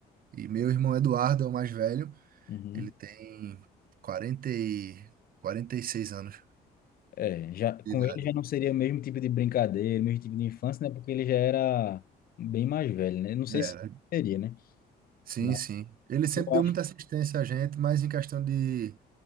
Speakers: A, on the right; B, on the left.
A: E meu irmão Eduardo é o mais velho.
B: uhum.
A: Ele tem 40 e... 46 anos
B: É, já, com
A: de idade.
B: ele já não seria o mesmo tipo de brincadeira, o mesmo tipo de infância, né? Porque ele já era bem mais velho, né? Não sei
A: Era.
B: se seria, né?
A: Sim,
B: Mas
A: sim. Ele sempre
B: eu
A: deu
B: acho.
A: muita assistência a gente, mas em questão de,